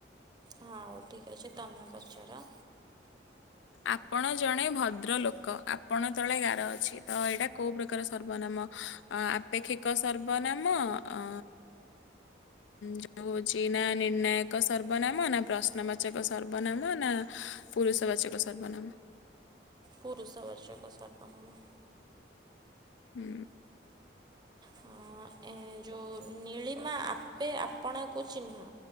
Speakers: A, on the right; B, on the left.
A: ହଁ ହଉ ଠିକ ଅଛି ତମେ ପଚାର।
B: ଆପଣ ଜଣେ ଭଦ୍ର ଲୋକ ଆପଣ ତଳେ ଗାର ଅଛି ତ ଏଇଟା କୋଉ ପ୍ରକାର ସର୍ବନାମ? ଅ ଆପେକ୍ଷିକ ସର୍ବନାମ ଅଁ ଯୋଉ ହଉଛି ନା ନିର୍ଣ୍ଣାୟକ ସର୍ବନାମ ନା ପ୍ରଶ୍ନବାଚକ ସର୍ବନାମ ନା ପୁରୁଷ ବାଚ୍ଚକ ସର୍ବନାମ।
A: ପୁରୁଷ ବାଚକ ସର୍ବନାମ।
B: ହୁଁ।
A: ହଁ, ଏ ଯୋଉ ନୀଳିମା ଆପେ ଆପଣଙ୍କୁ ଚିହ୍ନ।